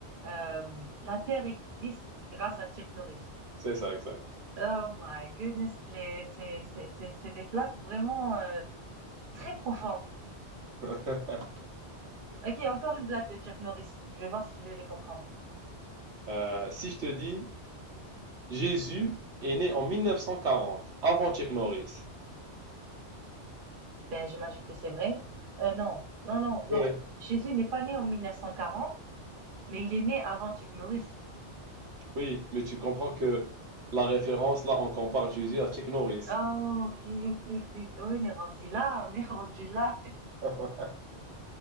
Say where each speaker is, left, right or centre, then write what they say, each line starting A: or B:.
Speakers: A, on the right; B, on the right.
A: euh, la Terre existe grâce à Chuck Norris.
B: C'est ça, exact.
A: Oh my goodness, les, c'est, c'est, c'est, c'est des plaques vraiment, euh, très profondes.
B: <laughs>
A: OK, encore une blague de Chuck Norris. Je vais voir si je vais les comprendre.
B: Euh, si je te dis Jésus est né en 1940, avant Chuck Norris.
A: Ben, j'imagine que c'est vrai. Euh, non, non, non, non.
B: Ouais.
A: Jésus n'est pas né en 1940. Mais il est né avant Chuck Norris.
B: Oui, mais tu comprends que la référence là, on compare Jésus à Chuck Norris.
A: Oh, OK, OK, OK. Ouais, on est rendu là, on est <laughs> rendu là.
B: <laughs>